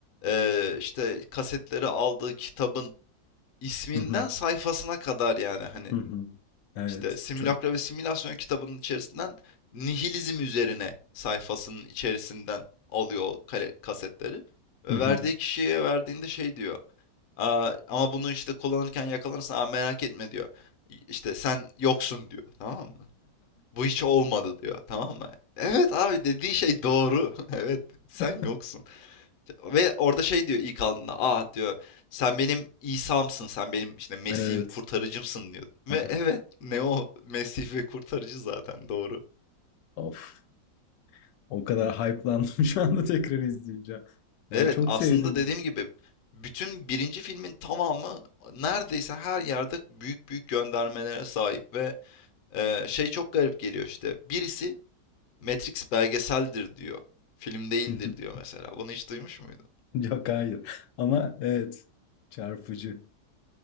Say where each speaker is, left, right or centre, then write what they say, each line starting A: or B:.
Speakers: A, on the left; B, on the left.
A: e, işte kasetleri aldığı kitabın isminden
B: hı hı,
A: sayfasına kadar yani hani
B: hı hı. Evet.
A: işte Simülakra
B: Çok-
A: ve Simülasyon kitabının içerisinden nihilizm üzerine sayfasının içerisinden alıyor o kale- kasetleri. Ve
B: Hı hı.
A: verdiği kişiye verdiğinde şey diyor. "Aa, ama bunu işte kullanırken yakalanırsan "Aa, merak etme diyor. İşte sen yoksun diyor. Tamam mı? Bu hiç olmadı diyor. Tamam mı? Evet abi dediği şey doğru. <laughs> Evet
B: <laughs>
A: sen yoksun. Ve orada şey diyor ilk aldığında. Ah diyor sen benim İsa'msın. Sen benim işte Mesih'im,
B: Evet.
A: kurtarıcımsın diyor. Ve
B: Aha.
A: <laughs> evet ne o Mesih ve kurtarıcı zaten doğru.
B: Of. O kadar hype'landım <laughs> şu anda tekrar izleyeceğim. Ya
A: Evet
B: çok
A: aslında
B: sevdim.
A: dediğim gibi bütün birinci filmin tamamı neredeyse her yerde büyük büyük göndermelere sahip ve e, şey çok garip geliyor işte. Birisi Matrix belgeseldir diyor. Film değildir
B: <laughs>
A: diyor mesela. Bunu hiç duymuş muydun?
B: Yok hayır. Ama evet çarpıcı. <laughs>